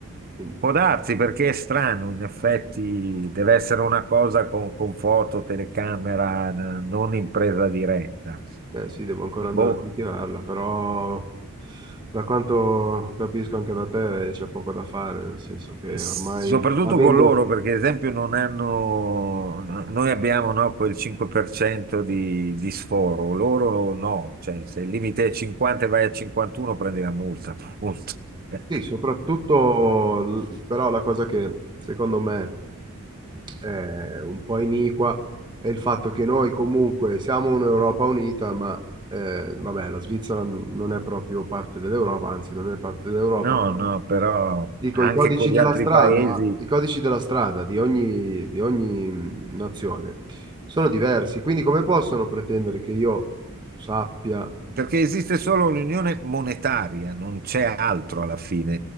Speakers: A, on the right; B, on the right.
A: Quindi,
B: Può darsi perché è strano, in effetti deve essere una cosa con, con foto, telecamera, n- non in presa diretta.
A: eh sì, devo ancora andare
B: Boh,
A: a ritirarla, però da quanto capisco anche da te c'è poco da fare, nel senso che
B: Soprattutto
A: ormai avendo,
B: con loro, perché ad esempio non hanno, no- noi abbiamo no, quel 5% di, di sforo, loro no, cioè se il limite è 50 e vai a 51 prendi la multa, appunto. <laughs>
A: sì, soprattutto, l- però la cosa che secondo me eh, un po' iniqua è il fatto che noi comunque siamo un'Europa unita, ma eh, vabbè, la Svizzera n- non è proprio parte dell'Europa, anzi non è parte dell'Europa.
B: No,
A: però
B: no, però
A: Dico,
B: anche
A: i codici
B: con gli
A: della
B: altri
A: strada,
B: paesi,
A: i codici della strada di ogni, di ogni mh, nazione sono diversi, quindi come possono pretendere che io sappia
B: perché esiste solo l'unione monetaria, non c'è altro alla fine,